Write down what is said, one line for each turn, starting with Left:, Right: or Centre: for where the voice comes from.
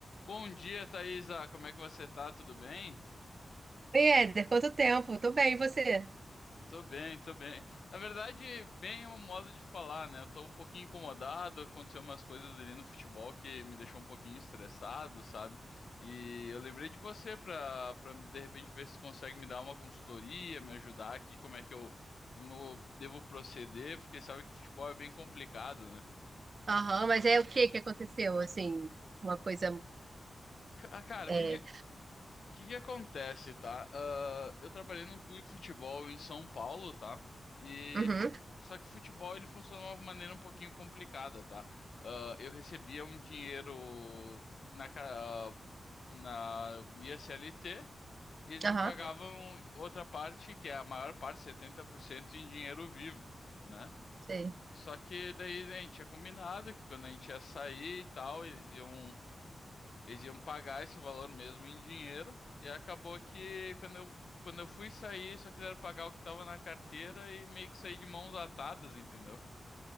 Left: Bom dia, Thaisa. Como é que você tá? Tudo bem?
Right: Oi, Éder, quanto tempo? Tô bem, e você?
Left: Tô bem, tô bem. Na verdade, bem é um modo de falar, né? Eu tô um pouquinho incomodado, aconteceu umas coisas ali no futebol que me deixou um pouquinho estressado, sabe? E eu lembrei de você pra, pra de repente ver se consegue me dar uma consultoria, me ajudar aqui, como é que eu, como eu devo proceder, porque sabe que futebol é bem complicado, né?
Right: Aham, mas é o que que aconteceu, assim, uma coisa,
Left: Ca- Cara,
Right: é,
Left: o que O que que acontece, tá? Ah, eu trabalhei num clube de futebol em São Paulo, tá? E
Right: uhum,
Left: fu- só que o futebol ele funcionou de uma maneira um pouquinho complicada, tá? Ah, eu recebia um dinheiro na, ca- ah, na via CLT, e eles
Right: aham,
Left: me pagavam outra parte, que é a maior parte, 70% em dinheiro vivo, né?
Right: sei.
Left: Só que daí né, a gente tinha combinado que quando a gente ia sair e tal, eles iam, eles iam pagar esse valor mesmo em dinheiro. E acabou que quando eu, quando eu fui sair, só quiseram pagar o que estava na carteira e meio que saí de mãos atadas, entendeu?